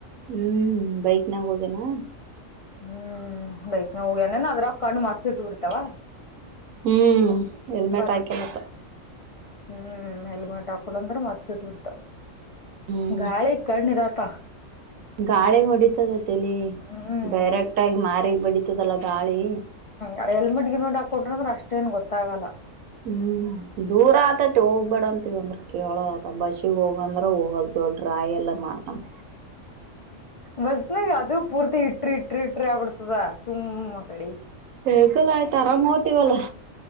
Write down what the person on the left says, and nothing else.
ಹ್ಮ್ ಬೈಕ್ ನ ಹೋಗ್ಯಾನ ಅದ್ರಕಣ್ ಮತ್ತ <unintelligible>
ಬರಾಟ
ಹ್ಮ್ ಹೆಲ್ಮೆಟ್ ಹಾಕಿಲ್ಲಂದ್ರೆ ಮತ್ತ <unintelligible>
ಗಾಳಿ ಕಣ್ <unintelligible> ತ್ತ
ಹ್ಮ್
ಎಡೆ ಹೆಲ್ಮೆಟ್ ಗಿಲ್ಮೆಟ್ ಹಾಕೊಂಡ್ರದ್ ಅಷ್ಟೇನ್ ಗೊತ್ತಾಗಲ್ಲ.
ಬಸ್ನಾಗ ಅದು ಪೂರ್ತಿ ಇ ಟ್ರಿಟ್ರಿಟ್ರಿ ಆಗ್ಬುಡ್ತದಾ ಸುಮ್ಮ ಕಳಿ